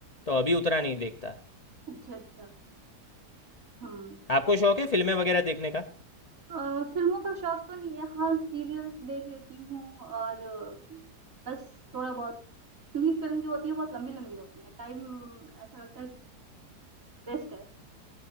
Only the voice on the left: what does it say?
तो अभी उतना नहीं देखता
आपको शौक है फिल्में वगैरह देखने का